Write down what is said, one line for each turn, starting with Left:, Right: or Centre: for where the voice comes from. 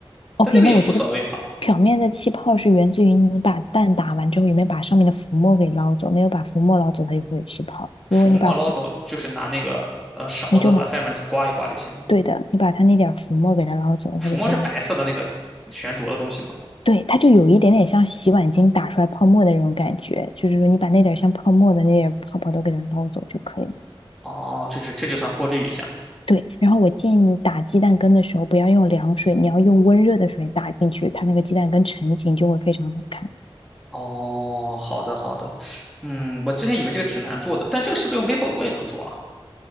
Left: ？OK，
Centre: 但那个也无所谓吧。
Left: 那我觉得表面的气泡是源自于你把蛋打完之后有没有把上面的浮沫给捞走，没有把浮沫捞走，它就会有气泡。
Centre: 浮沫捞走就是拿那个呃勺子把外面那层刮一刮就行，
Left: 如果你把浮，你就拿，
Centre: 是吗？
Left: 对的，你把它那点浮沫给它捞走，
Centre: 浮沫是白色的那个悬浊的东西吗？
Left: 它就非常，对，它就有一点点像洗碗巾打出来泡沫的那种感觉，就是说你把那点像泡沫的那点泡泡都给它捞走就可以了。
Centre: 哦，这是这就算过滤一下。
Left: 对，然后我建议你打鸡蛋羹的时候不要用凉水，你要用温热的水打进去，它那个鸡蛋羹成型就会非常好看。
Centre: 哦，好的好的。嗯，我之前以为这个挺难做的，但这个是不是用微波炉也能做啊？